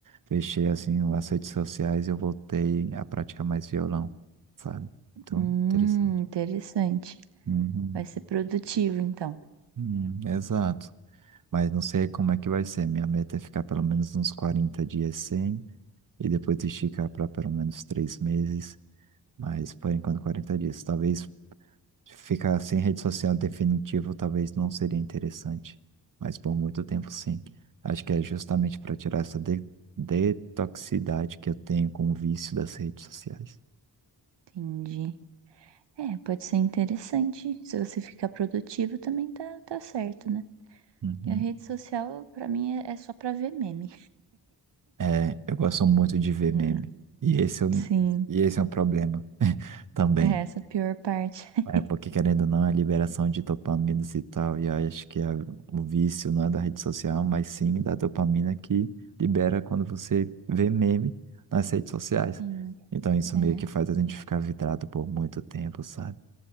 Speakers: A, on the right; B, on the right.
A: Fechei, assim, as redes sociais e eu voltei a praticar mais violão, sabe? Então,
B: Hum,
A: interessante.
B: interessante.
A: Uhum.
B: Vai ser produtivo então.
A: Hum, exato. Mas não sei como é que vai ser. Minha meta é ficar pelo menos uns 40 dias sem e depois esticar para pelo menos três meses. Mas por enquanto 40 dias. Talvez ficar sem rede social definitivo, talvez não seria interessante. Mas por muito tempo, sim. Acho que é justamente para tirar essa de detoxicidade que eu tenho com o vício das redes sociais.
B: Entendi. É, pode ser interessante. Se você ficar produtivo, também tá, tá certo, né?
A: Uhum.
B: E a rede social, pra mim, é, é só pra ver meme.
A: É, eu gosto muito de ver
B: Hum,
A: meme. E esse é, um-
B: Sim,
A: e esse é um problema <laughs> também.
B: é essa a pior parte. <laughs>
A: É, porque querendo ou não, a liberação de dopaminas e tal, e aí acho que a- o vício não é da rede social, mas sim da dopamina que libera quando você vê meme nas redes sociais.
B: Sim,
A: Então isso
B: é.
A: meio que faz a gente ficar vidrado por muito tempo, sabe?